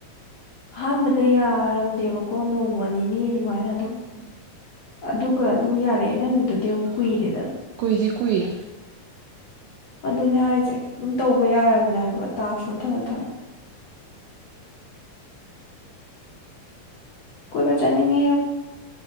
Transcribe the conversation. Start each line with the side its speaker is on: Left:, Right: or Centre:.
Left: ꯑꯍꯥꯟꯕꯗ ꯌꯥꯔꯝꯗꯦꯕꯀꯣ ꯅꯣꯡꯃ ꯅꯤꯅꯤ ꯑꯗꯨꯃꯥꯏꯅ꯫ ꯑꯗꯨꯝ
Right: ꯎꯝ꯫
Left: ꯑꯗꯨꯒ ꯑꯗꯨꯝ ꯌꯥꯔꯦ ꯅꯪꯒꯤꯗꯨꯗꯤ ꯑꯃꯨꯛ ꯀꯨꯏꯔꯦ꯫
Right: ꯀꯨꯏꯗꯤ꯫ ꯀꯨꯔꯦ꯫
Left: ꯑꯗꯨꯅꯦ ꯍꯥꯏꯁꯦ ꯑꯗꯨꯝ ꯇꯧꯕ ꯌꯥꯔꯕꯅꯦ ꯍꯥꯏꯕ ꯇꯥꯛꯁ ꯃꯊꯪ ꯃꯊꯪ꯫ ꯀꯣꯏꯕꯥ ꯆꯠꯅꯤꯡꯉꯦ꯫